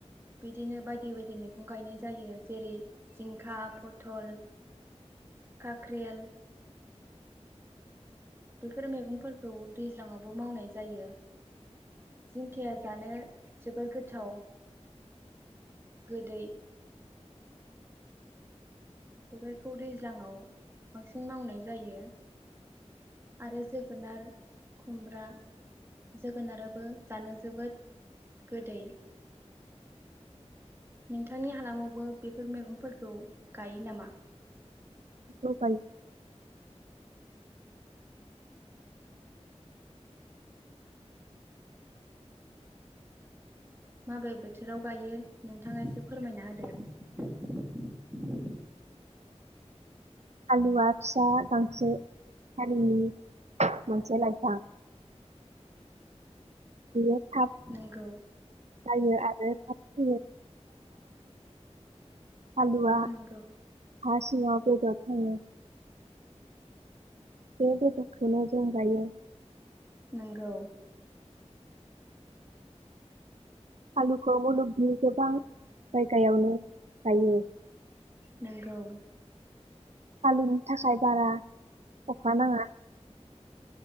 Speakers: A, on the right; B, on the right.
A: बिदिनो बायदि बायदि मैगं गायनाय जायो जेरै जिंखा, पथल, काख्रेल बेफोर मैगंफोरखौ दैज्लाङावबो मावनाय जायो। जिंखाया जानो जोबोर गोथाव गोदै। बेफोरखौ दैज्लाङाव बांसिन मावनाय जायो। आरो जोगोनार, खुमब्रा जोगोनाराबो जानो जोबोद गोदै। नोंथांनि हालामावबो बेफोर मैगंफोरखौ गायो नामा?
B: खौ गाय
A: माबे बोथोराव गायो नोंथाङा एसे फोरमायना होदो।
B: आलुवा फिसा गांसो हारिनि मोनसे लाइफां।। बियो थाब
A: नोंगौ
B: जायो आरो थाब थैयो। आलुवा
A: नोंगौ
B: हा सिङाव बेदद थाङो। बे बेददखौनो जों जायो।
A: नोंगौ।
B: आलुखौ मुलुगनि गोबां जायगायावनो गायो।
A: नोंगौ।
B: आलुनि थाखाय बारा अखा नाङा।